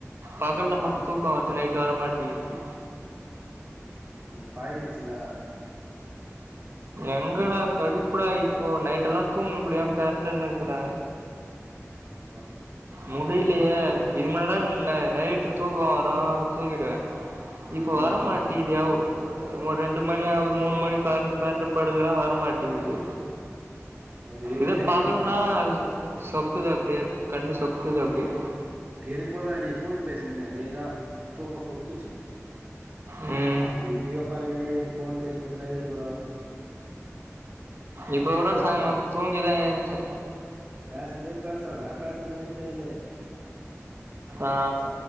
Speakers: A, on the right; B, on the right.
A: பகல்ல
B: ஆ
A: மட்டு தூக்கொ வருது நைட்டு வர மாட்டியிது
B: ம் பழகியிச்சுலா
A: எங்கடா கடுப்புடா இப்போ நைட்டெல்லா தூங்க முடியாம பெரண்டுன்னுருக்குற
B: உங்க
A: முடிய்லயே இது மேலதா ந நைட்டு தூக்கொ வரு தூங்கிடுவ இப்ப
B: ம்.
A: வரமாட்டேயிதுயோவ் ஒர் ரெண்டு மணி ஆவ்து மூணு மணி பெரண்டு பெரண்டு படுக்குற வரமாட்டிகிது
B: அது
A: இதே
B: ட்ரைனிங்
A: பகல்னா
B: ஆவணும்பா
A: ச சொக்குது அப்டியே கண்ணு சொக்குது அப்டியே
B: எனக்கூடதா நீ ஃபோன் பேசிர்ந்தனே அதேதா தூக்கொ சொக்
A: ம்
B: அப்டி இப்டி ஒக்காந்துக்குனு ஃபோன் பேசினு ப்ரவீனு கூடோ
A: இப்ப கூட
B: பேசுறா
A: சாய்ங்கம் தூங்கிதா ஏச்சே
B: பேசுஞ்ச பேசரனா பேசலயான்னே தெர்லயே
A: ஆ
B: ச